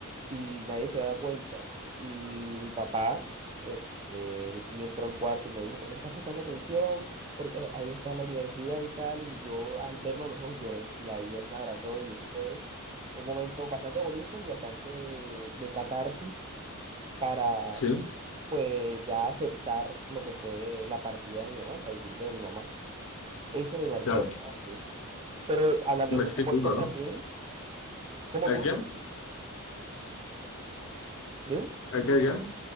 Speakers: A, on the right (about 25°); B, on the left (about 65°).
A: y nadie se daba cuenta. Y mi papá, eh, eh, él sí entró al cuarto y me dijo, ¿por qué no estás prestando atención? Porque ahí está la universidad y tal, y yo al verlo a los ojos lloré, y ahí él me abrazó y eso fue un momento bastante bonito y bastante de catarsis para
B: Sí, sí,
A: pues ya aceptar lo que fue la partida de mi mamá, el fallecimiento de mi mamá. Eso me marcó
B: claro.
A: bastante. Pero hablando
B: Me
A: de cosas
B: estoy
A: bonitas
B: duro,
A: también, ¿cómo,
B: ¿no?
A: cómo?
B: ¿A qué? ¿A
A: Dime.
B: qué? ¿A qué?